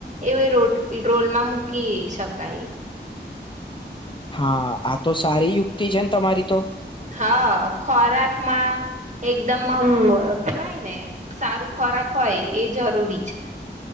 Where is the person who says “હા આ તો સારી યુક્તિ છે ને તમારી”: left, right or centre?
Left